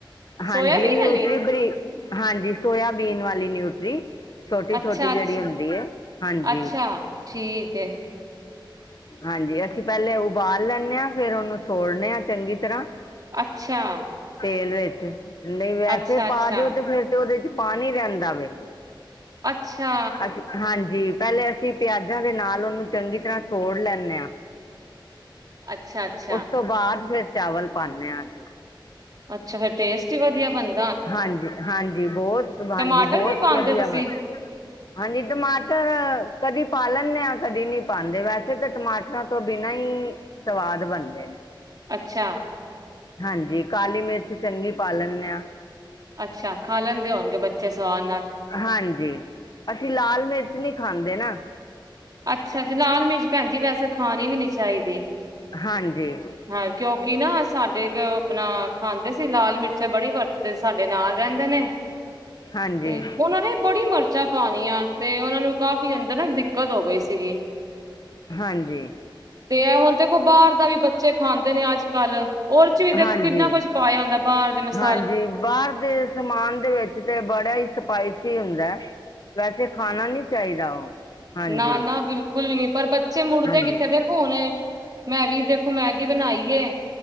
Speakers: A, on the left; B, on the right.
A: ਹਾਂਜੀ,
B: ਸੋਇਆਬੀਨ
A: ਨਿਊਟਰੀ
B: ਵਾਲੀ
A: ਬਾਈ ਹਾਂਜੀ, ਸੋਇਆਬੀਨ ਵਾਲੀ ਨਿਊਟਰੀ। ਛੋਟੀ-ਛੋਟੀ,
B: ਅੱਛਾ
A: ਜਿਹੜੀ
B: ਅੱਛਾ
A: ਹੁੰਦੀ ਹੈ ਹਾਂਜੀ-ਹਾਂਜੀ।
B: ਅੱਛਾ ਠੀਕ ਹੈ
A: ਹਾਂਜੀ, ਅਸੀਂ ਪਹਿਲੇ ਉਬਾਲ ਲੈਂਨੇ ਆ ਫੇਰ ਉਹਨੂੰ ਸੋੜਨੇ ਹਾਂ ਚੰਗੀ ਤਰ੍ਹਾਂ।
B: ਅੱਛਾ।
A: ਤੇਲ ਵਿੱਚ ਨਹੀਂ ਵੈਸੇ
B: ਅੱਛਾ ਅੱਛਾ
A: ਪਾ ਦੇਓ ਤੇ ਫੇਰ ਤੇ ਉਹਦੇ ਚ ਪਾਣੀ ਰਹਿੰਦਾ ਵੇ।
B: ਅੱਛਾ।
A: ਅਸੀਂ ਹਾਂਜੀ ਪਹਿਲੇ ਅਸੀਂ ਪਿਆਜਾਂ ਦੇ ਨਾਲ ਉਹਨੂੰ ਚੰਗੀ ਤਰ੍ਹਾਂ ਸੋੜ ਲੈਂਨੇ ਆ।
B: ਅੱਛਾ-ਅੱਛਾ।
A: ਉਸ ਤੋਂ ਬਾਅਦ ਫਿਰ ਚਾਵਲ ਪਾਨੇ ਆ ਅਸੀਂ।
B: ਅੱਛਾ ਫੇਰ ਟੇਸਟ ਈ ਵਧੀਆ ਬਣ
A: ਹਾਂਜੀ, ਹਾਂਜੀ ਬਹੁਤ ਹਾਂਜੀ
B: ਟਮਾਟਰ
A: ਬਹੁਤ
B: ਵੀ ਪਾਉਂਦੇ
A: ਵਧੀਆ
B: ਹੋ ਤੁਸੀਂ
A: ਬਣ ਹਾਂਜੀ ਟਮਾਟਰ, ਕਦੀ ਪਾ ਲੈਨੇ ਆ ਕਦੀ ਨਹੀਂ ਪਾਦੇ ਵੈਸੇ ਤਾਂ ਟਮਾ ਟਰ ਤੋਂ ਬਿਨਾ ਈ ਸਵਾਦ ਬਣਦੇ।
B: ਅੱਛਾ।
A: ਹਾਂਜੀ ਕਾਲੀ ਮਿਰਚ ਚੰਗੀ ਪਾ ਲੈਨੇ ਆ।
B: ਅੱਛਾ ਖਾ ਲੈਂਦੇ ਹੋਣਗੇ ਬੱਚੇ ਸਵਾਦ ਨਾਲ।
A: ਹਾਂਜੀ, ਅਸੀਂ ਲਾਲ ਮਿਰਚ ਨੀ ਖਾਂਦੇ ਨਾ।
B: ਅੱਛਾ ਲਾਲ ਮਿਰਚ ਭੈਣ ਜੀ ਵੈਸੇ ਖਾਣੀ ਵੀ ਨੀ ਚਾਹੀਦੀ।
A: ਹਾਂਜੀ
B: ਹਾਂ ਕਿਉਂਕਿ ਨਾ ਸਾਡੇ ਕ ਅਪਣਾ ਖਾਂਦੇ ਸੀ ਲਾਲ ਮਿਰਚਾਂ ਬੜੀ ਵਰਤਦੇ ਸੀ ਸਾਡੇ ਨਾਲ ਰੈੰਦੇ ਨੇ।
A: ਹਾਂਜੀ
B: ਤੇ ਉਹਨਾਂ ਨੇ ਬੜੀ ਮਰਚਾਂ ਪਾਣੀਆਂ ਤੇ ਉਹਨਾਂ ਨੂੰ ਕਾਫ਼ੀ ਅੰਦਰ ਨਾ ਦਿੱ ਦਿੱਕਤ ਹੋ ਗਈ ਸੀਗੀ,
A: ਹਾਂਜੀ
B: ਤੇ ਐ ਹੁਣ ਦੇਖੋ ਬਾਹਰ ਦਾ ਵੀ ਬੱਚੇ ਖਾਂਦੇ ਨੇ ਅੱਜ-ਕੱਲ, ਉਹਦੇ 'ਚ ਵੀ ਦੇਖੋ
A: ਹਾਂਜੀ
B: ਕਿੰਨਾ ਕੁਝ ਪਾਇਆ ਹੁੰਦਾ ਬਾਰ ਦੇ ਮਸ
A: ਹਾਂਜੀ ਬਾਰ ਸਮਾਨ ਦੇ ਵਿੱਚ ਤੇ ਬੜਾ ਈ ਸਪਾਈਸੀ ਹੁੰਦੈ, ਵੈਸੇ ਖਾਣਾ ਨੀ ਚਾਈਦਾ ਉਹ। ਹਾਂਜੀ
B: ਨਾ-ਨਾ ਬਿਲਕੁਲ ਵੀ ਨੀ ਪਰ ਬੱਚੇ ਮੁੜਦੇ
A: ਹਾਂਜੀ
B: ਕਿੱਥੇ ਦੇ ਹੁਨੇ, ਮੈਂ ਵੀ ਦੇਖੋ ਮੈਗੀ ਬਣਾਈ ਏ।